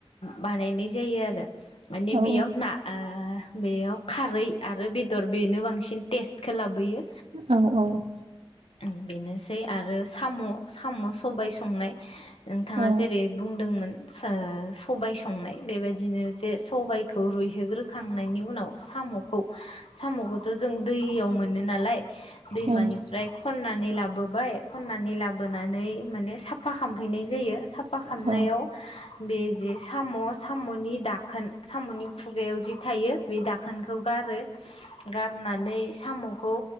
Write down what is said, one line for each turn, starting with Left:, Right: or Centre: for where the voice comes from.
Left: बानायनाय जायो आरो माने
Right: औ
Left: बेयाव ना ओ बेयाव खारै आरो बेदर बेनो बांसिन टेस्टखो लाबोयो।
Right: औ औ।
Left: ओं बेनोसै। आरो साम साम सबाय संनाय। नोंथाङा
Right: औ
Left: जेरै बुंदोंमोन। सो सबाय संनाय बेबायदिनो जे सबायखौ रुइहोग्रोखांनायनि उनाव सामखौ सामखौथ जों दैयाव मोनो नालाय। दैमानिफ्राय
Right: औ
Left: खनानै। खनानै लाोबोबाय खननानै लाबोनानै माने साफा खालाफैना जायो साबफा खालामनायाव।
Right: औ
Left: बेजे साम सामनि दाखोन। सामनि खुगायाव जि थायो बे दाखोनखौ गारो गारनानै सामखौ